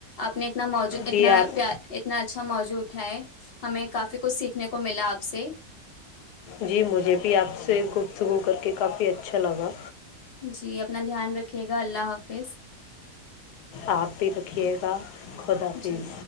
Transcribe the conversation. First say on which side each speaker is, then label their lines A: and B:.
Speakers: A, on the left (about 50°); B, on the left (about 90°).
A: آپ نے اتنا موجو اتنا
B: جی آپ
A: اتنا اچھا موجو ہے ہمیں کافی کچھ سیکھنے کو ملا آپ سے
B: جی مجھے بھی آپ سے گفتگو کر کے کافی اچھا لگا
A: جی اپنا دھیان رکھے گا اللہ حف بس <unintelligible>
B: آپ بھی رکھیے گا خدا پیز
A: جی